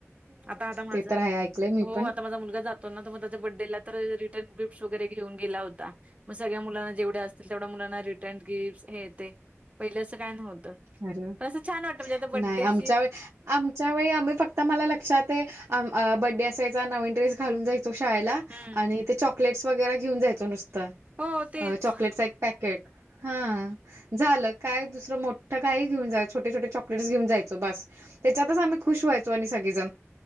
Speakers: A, on the right (about 30°); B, on the right (about 70°).
A: आता आता माझा
B: ते तर आहे ऐकलंय मी
A: हो
B: पण.
A: आता माझा मुलगा जात तो ना मग त्याच्या बड्डेला तर रिटर्न गिफ्टस वगैरे घेऊन गेला होता मग सगळ्या मुलांना जेवढ्या असतील तेवढ्या मुलांना रिटर्न गिफ्ट हे ते. पहिल असं काय नव्हतं,
B: अरे वाह!
A: पण असं छान वाटत म्हणजे आता बड्डेची
B: नाही आमच्या वेळी आमच्या वेळी आम्ही फक्त मला लक्षात आहे बड्डे असायचा नवीन ड्रेस घालून जाय सतो शाळेला
A: हम्म
B: आणि ते चॉकलेट्स वगैे घेऊन जायचो नुसतं.
A: हो तेच
B: अ चॉकलेटचा एक पॅकेट हा. झालं काय दुसरं मोठं काही घेऊन जाय छोटे छोटे चॉकलेट्स घेऊन जायचो बास. त्याच्यातच आम्ही खुश व्हायचो आणि सगळेजण.